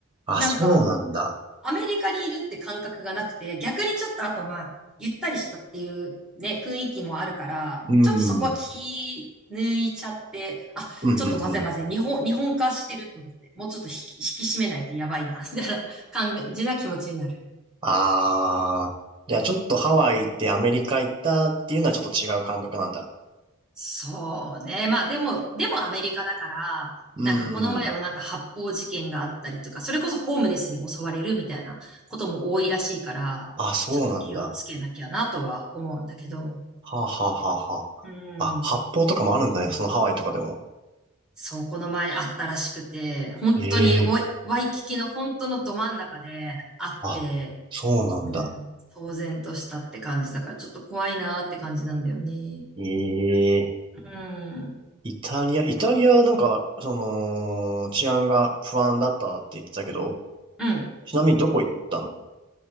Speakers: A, on the right; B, in the centre.
A: あ、
B: なんか、
A: あ、そうなんだ。
B: アメリカにいるって感覚がなくて、逆にちょっとあとまあ、ゆったりしたっていうね、雰囲気もあるから、
A: うん、
B: ちょっとそこは気抜いちゃって、
A: うん、
B: あ、
A: うん、
B: ちょっとまずいまずい、
A: うん。
B: 日本、日本化してると思って、もうちょっと引き、引き締めないとやばいな、みたいな感じな気持ちになる。
A: ああ、じゃあちょっとハワイってアメリカ行ったっていうのはちょっと違う感覚なんだ。
B: そうね。まあでも、でもアメリカだから、
A: うん。
B: なんかこの前もなんか発砲事件があったりとか、それこそホームレスに襲われるみたいなことも多いらしいから、
A: あ、そうなんだ。
B: ちょっと気をつけなきゃなとは思うんだけど。
A: はあ、はあ、はあ、は
B: うん。
A: あ。あ、発泡とかもあるんだね、そのハワイとかでも。
B: そう、この前あったらしくて、本当にワイ、
A: ええ
B: ワイキキの本当のど真ん中であって、
A: あ、そうなんだ。
B: うん。騒然としたって感じだから、ちょっと怖いなーって感じなんだよね。
A: ええ
B: うん。
A: イタリア、イタリアなんか、その、治安が不安だったって言ってたけど、
B: うん。
A: ちなみにどこ行ったの